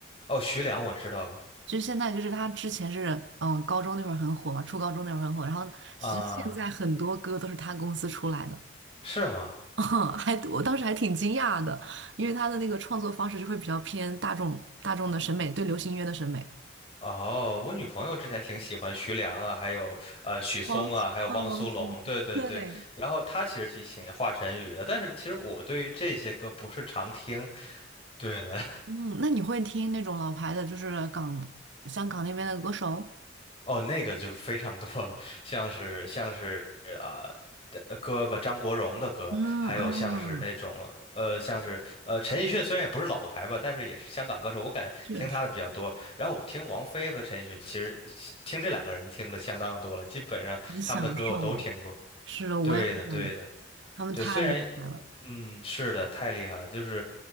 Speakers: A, on the left; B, on the right.
A: 哦，徐良我知道的
B: 就是现在就是他之前是嗯高中那会儿很火嘛，初高中那会儿很火，然后其实现在很多歌都是他公司出来的。
A: 啊，是吗？
B: 嗯 <laughs> 还我当时还挺惊讶的，因为他的那个创作方式就会比较偏大众大众的审美，对流行音乐的审美。
A: 哦，我女朋友之前挺喜欢徐良啊，还有呃许嵩啊，
B: 王，
A: 还有汪苏泷，
B: 嗯，王心凌对，
A: 对对对。然后她其实挺喜欢华晨宇的，但是其实我对于这些歌不是常听。对的，
B: 嗯，那你会听那种老牌的，就是港香港那边的歌手？
A: <laughs> 哦，那个就非常多了，像是像是呃呃哥哥张国荣的歌，
B: 嗯嗯，
A: 还有像是那种呃像是呃陈奕迅，虽然也不是老牌吧，但是也是香港歌手，我感觉听他的比较多。
B: 确实
A: 然后我听王菲和陈奕迅，其实听这两个人听的相当多了，基本上他们的歌我都听过。
B: 很享受。是的，我也是想，
A: 对的，对的，
B: 他们太厉害了。
A: 对。虽然，嗯，是的，太厉害了，就是